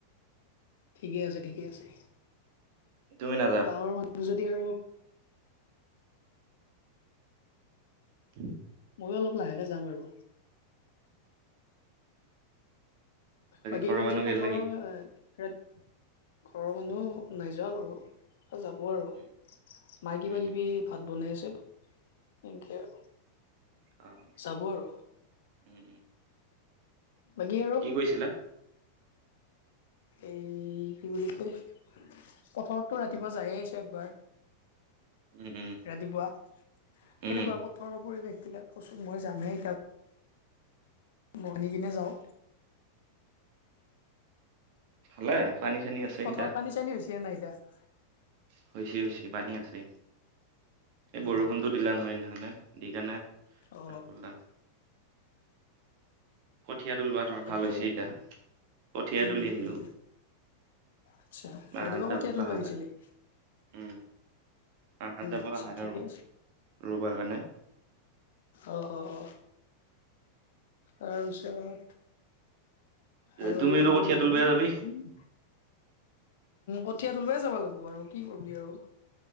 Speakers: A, on the left; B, on the right.
A: ঠিকে আছে ঠিকে আছে
B: তুমি নাযা
A: গাঁৱৰ মানুহ যদি আৰু
B: <unintelligible>
A: মইয়ো অলপ লাহেকে যাম আৰু। বাকী
B: ঘৰৰ
A: তাৰপিছত
B: মানুহ
A: পথাৰৰ
B: গেল নেকি?
A: এ ই ঘৰৰ মানুহ নাযোৱা বাৰু যাব আৰু।
B: উম,
A: মাই
B: উম,
A: কিবা কিবি
B: উম,
A: ভাত বনাই আছে সেনেকে আৰু।
B: অঁ,
A: যাব আৰু
B: উম উম।
A: বাকী আৰু।
B: কি কৈছিলা
A: এই কি বুলি কয় পথাৰততো ৰাতিপুৱা যায়ে আহিচো একবাৰ।
B: উম উম
A: ৰাতিপুৱা
B: উম
A: কেনেকুৱা পথাৰৰ পৰিৱেশ বিলাক। কচোন মই যামহে এতিয়া। মনি কিনে যাওঁ।
B: খালে? পানী চানী আছে
A: পথাৰত
B: এতিয়া
A: পানী চানী হৈছে নাই এতিয়া?
B: হৈছে হৈছে পানী আছে। এই বৰষুণতো
A: অ
B: দিলে নহয় সেইদিনাখনে দি কেনে।
A: অ
B: কঠীয়া তুলিব ধৰা
A: বাকী
B: ভাল হৈছে এতিয়া কঠীয়া
A: উম
B: তুলি
A: উম
B: আহিলো।
A: উম, আচ্ছা ৰাতিপুৱা
B: মাহত যাব
A: কঠীয়া তুলিব
B: আহা
A: আহিছিলি।
B: কাৰণে উম মাহঁত যাব
A: আচ্ছা
B: নহয়
A: ঠিকে
B: আৰু
A: আছে
B: ৰুব কাৰণে।
A: অ অ অ আৰামচে কৰা। আৰু
B: তুমিতো
A: উম,
B: কঠীয়া তুলিব যাবি
A: কঠিয়াত তুলবৈ যাব লাগিব আৰু কি কৰিবি আৰু।